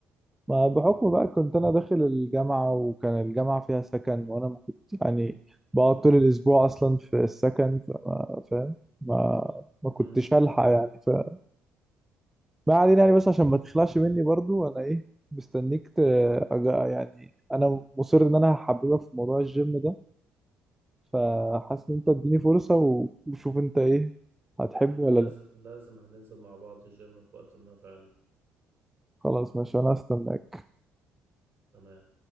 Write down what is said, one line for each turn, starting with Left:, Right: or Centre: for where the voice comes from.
Centre: ما بحكم بقى كنت انا داخل الجامعه وكان الجامعه فيها سكن وانا ما كنت يعني بقعد طول الاسبوع اصلا في السكن فما فاهم ما ما
Right: امم
Centre: كنتش هلحق يعني فما علينا يعني بس عشان ما تخلعش مني برضو انا ايه مستنيك ت... أج- يعني انا مصر ان انا هحببك في موضوع الجيم ده فحاسس ان انت اديني فرصة و- وشوف انت ايه هتحبه
Right: لا احنا
Centre: ولا
Right: لازم
Centre: لا
Right: لازم هننزل مع بعض الجيم في وقت ما فعلا
Centre: خلاص ماشي انا هستناك
Right: تمام